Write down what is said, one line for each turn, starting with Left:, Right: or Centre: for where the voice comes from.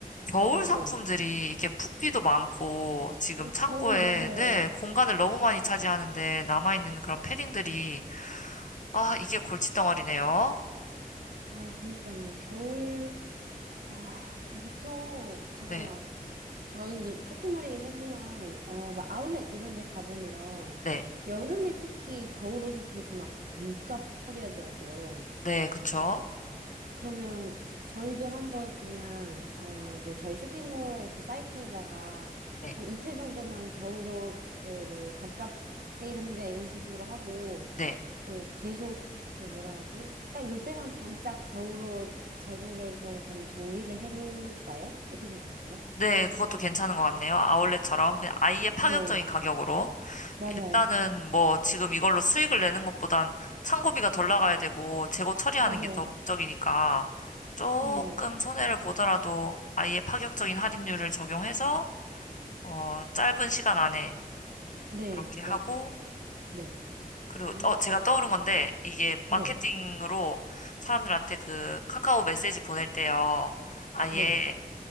Right: 아,
Left: 겨울 상품들이
Right: 네.
Left: 이게 붓기도 많고 지금
Right: 네,
Left: 창고에
Right: 겨울이 맞아요.
Left: 네, 공간을 너무 많이 차지하는데 남아있는 그런 패딩들이 아, 이게 골칫덩어리네요.
Right: 아, 그니까요. 겨울, 아, 보통 제가
Left: 네,
Right: 막 저희 이제 쇼핑몰이긴 하지만 어 막 아울렛 이런 데 가보면
Left: 네,
Right: 여름에 특히 겨울 옷을 그렇게 막 반값 처리하더라고요.
Left: 네, 그쵸.
Right: 그러면 저희도 한번 그냥 어 뭐 저희 쇼핑몰 그 사이트에다가
Left: 네,
Right: 한 이틀 정도만 겨울 옷그 뭐 반값 세일합니다 이런 식으로 하고
Left: 네.
Right: 그 계속 그 뭐라 하지? 딱 요때만 반짝 겨울 옷 재고를 좀 그러면 정리를 해볼까요? 어떻게 생각하세요?
Left: 네, 그것도 괜찮은 것 같네요. 아울렛처럼 그냥 아예 파격적인
Right: 네,
Left: 가격으로.
Right: 맞아요.
Left: 일단은 뭐 지금 이걸로 수익을 내는 것보단 창고비가 덜 나가야 되고 재고 처리하는
Right: 맞아요.
Left: 게 더 목적이니까 조금
Right: 네.
Left: 손해를 보더라도 아예 파격적인 할인율을 적용해서 어, 짧은 시간 안에
Right: 네,
Left: 그렇게 하고,
Right: 맞, 네.
Left: 그리고,
Right: 그러면
Left: 어, 제가
Right: 겨울은,
Left: 떠오른
Right: 늦-
Left: 건데, 이게
Right: 네,
Left: 마케팅으로 사람들한테 그 카카오 메시지 보낼 때요, 아예
Right: 네.